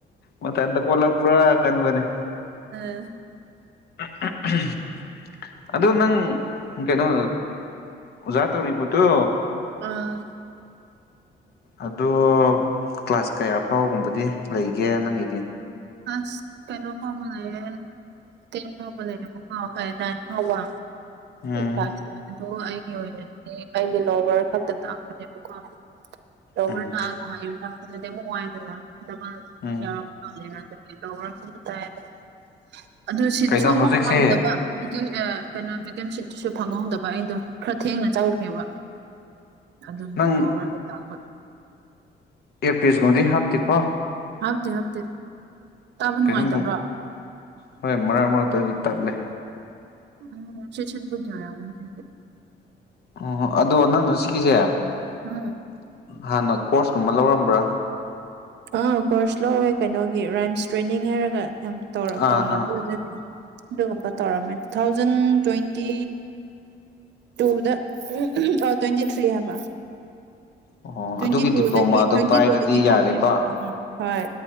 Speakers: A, on the left; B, on the right.
A: ꯃꯊꯪꯗ ꯑꯣꯜꯂꯛ ꯄ꯭ꯔꯥ ꯈꯟꯕꯅꯤ
B: ꯎ
A: ꯑ ꯑꯥꯍꯝ ꯑꯗꯨ ꯅꯪ ꯀꯩꯅꯣ ꯑꯣꯖꯥ ꯇꯧꯔꯤꯕꯗꯣ
B: ꯑꯥ
A: ꯑꯗꯨ ꯀ꯭ꯂꯥꯁ ꯀꯌꯥ ꯐꯥꯎꯒꯨꯝꯕꯗꯤ ꯂꯩꯒꯦ ꯅꯪꯒꯤꯗꯤ
B: ꯑꯁ ꯀꯩꯅꯣ ꯐꯥꯎ ꯕ ꯂꯩꯌꯦ ꯇꯨ꯭ꯌ‌ꯦꯜꯞ ꯐꯥꯎ ꯕꯗꯤ ꯂꯩꯌꯦ ꯑꯥ ꯅꯥꯏꯟ ꯐꯥꯎꯕꯥ
A: ꯎꯝ
B: ꯆꯁꯤ ꯑꯗ ꯑꯩꯒꯤ ꯑꯣꯏꯅꯗꯤ ꯑꯩꯒꯤ ꯂꯣꯋꯥꯔ ꯈꯛꯇ ꯇꯥꯛꯄꯅꯦꯕꯀꯣ ꯇꯧꯔꯦꯅ
A: ꯎꯝ
B: ꯍꯥꯏꯕꯥ ꯗꯥꯗꯤ ꯑꯥꯃꯨꯛ ꯋꯥꯏꯗꯅ ꯗꯥꯕꯜ
A: ꯎꯝ
B: ꯌꯥꯎꯔꯛ ꯈꯔꯥ ꯕꯅꯤꯅꯥ <unintelligible> ꯑꯗꯨ ꯁꯤꯠꯁꯨ
A: ꯀꯩꯅꯣ
B: ꯑꯃꯨꯛ
A: ꯍꯧꯖꯤꯛꯁꯦ
B: ꯐꯪꯗꯕ ꯑꯗꯨꯏ ꯑꯥ ꯀꯩꯅꯣ ꯚꯦꯀꯦꯟꯁꯤꯠꯇꯨꯁꯨ ꯐꯪꯍꯧꯗꯕ ꯑꯩꯗꯣ ꯈꯔ ꯊꯦꯡꯅ ꯆꯪꯈ꯭ꯔꯦꯕ ꯑꯗꯨꯝ
A: ꯅꯪ
B: ꯂꯣꯋꯥ꯭ꯔꯗ ꯇꯥꯛꯄ
A: ꯑꯦꯌꯥ꯭ꯔ ꯄꯤꯁ ꯉꯗꯤ ꯍꯥꯞꯇꯤꯀꯣ
B: ꯍꯥꯞꯇꯦ ꯍꯥꯞꯇꯦ ꯇꯥꯕ ꯅꯨꯡꯉꯥꯏꯇꯕ꯭ꯔꯣ
A: ꯀꯩꯅꯣꯝ ꯍꯣꯏ ꯃꯔꯛ ꯃꯔꯛꯇꯗꯤ ꯇꯠꯂꯦ
B: ꯎꯝꯅꯨꯡꯁꯤꯦꯁꯟꯄꯨꯔ ꯔ ꯑꯃꯒꯤꯅꯤ ꯊꯦ
A: ꯑꯣꯣ ꯑꯗꯣ ꯅꯪ ꯑꯁꯤꯒꯤꯒꯤꯁꯦ
B: ꯎꯝ
A: ꯍꯥꯟꯅ ꯀꯣꯔꯁꯀꯨꯝꯕ ꯂꯧꯔꯝꯕ꯭ꯔꯥ
B: ꯑꯥ ꯀꯣꯔꯁ ꯂꯧꯋꯦ ꯀꯩꯅꯣꯒꯤ ꯔꯥꯏꯝꯁ ꯇ꯭ꯔꯦꯅꯤꯡ ꯍꯥꯏꯔꯒ ꯌꯥꯝ ꯇꯧ
A: ꯑꯥ
B: ꯇꯧꯅꯕꯖ
A: ꯑꯥ
B: ꯑꯗꯨꯒꯨꯝꯕ ꯇꯧꯔꯝꯃꯦ ꯇꯨ ꯊꯥꯎꯖꯟ ꯇ꯭ꯋꯦꯟꯇꯤ ꯇꯨꯗ ꯑ ꯇ꯭ꯋꯦꯟꯇꯤ ꯊ꯭ꯔꯤ ꯍꯥꯏꯕ
A: ꯑꯣ
B: ꯇ꯭ꯋꯦꯟꯇꯤ
A: ꯑꯗꯨꯒꯤ
B: ꯇꯨꯗꯒꯤ
A: ꯗꯤꯄ꯭ꯂꯣꯃꯥꯗꯣ
B: ꯇ꯭ꯋꯦꯟꯇꯤ
A: ꯄꯥꯏꯔꯗꯤ
B: ꯇꯨꯗꯒꯤ
A: ꯌꯥꯔꯦꯀꯣ
B: ꯍꯈꯅꯦꯦꯀꯣ ꯎꯝ ꯍꯣꯏ